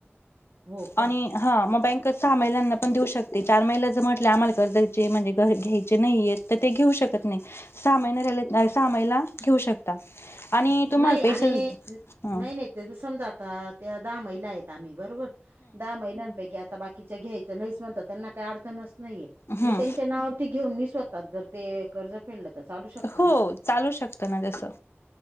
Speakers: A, on the right; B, on the left.
A: हो का
B: आणि हा म बँक सहा महिलांना पण देऊ शकते चार महिला जर म्हटले आम्हाला कर्जाचे म्हणजे घ्यायचे नाहीये तर ते घेऊ शकत नाय सहा महिना सहा महिला घेऊ शकत ता. आणि तुम्हाला
A: नाही आणि
B: पेशल
A: न-
B: हा
A: नाही नाही ते समजा आता त्या दहा महिला आयत आम्ही बरोबर दहा महिला पैकी आता बाकीच घ्यायचं नायच म्हणतात त्यांना काय अडचणच नाईये
B: हम्म
A: मी त्यांच्या नावा वर ते घेऊन मी स्वताच जर ते कर्ज फेडलं तर चालू शकता
B: हो
A: ना?
B: चालू शकतना जसं.